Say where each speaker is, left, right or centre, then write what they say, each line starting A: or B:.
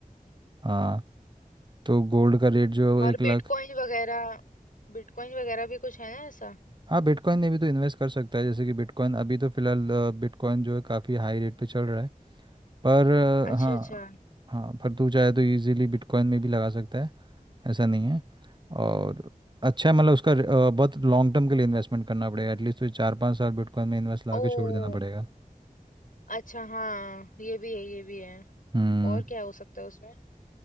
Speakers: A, on the right; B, on the left.
A: हाँ तो गोल्ड का रेट जो है वो
B: और
A: एक लाख
B: बिटकॉइन वगैरह बिटकॉइन वगैरह भी कुछ है ना ऐसा
A: हाँ बिटकॉइन में भी तो इन्वेस्ट कर सकता है जैसे कि बिटकॉइन अभी तो फिलहाल अ, बिटकॉइन जो है काफ़ी हाई रेट पे चल रहा है पर अ,
B: अच्छा
A: हाँ
B: अच्छा
A: हाँ पर तू चाहे तो इजीली बिटकॉइन में भी लगा सकता है ऐसा नहीं है और अच्छा है मतलब उसका र- अ, बहुत लॉन्ग टर्म के लिए इन्वेस्टमेंट करना पड़ेगा एटलीस्ट तुझे चार पाँच साल बिटकॉइन में इन्वेस्ट लगा
B: ओ
A: के छोड़ देना पड़ेगा
B: अच्छा हाँ ये भी है ये भी है
A: हम्म
B: और क्या हो सकता है उसमें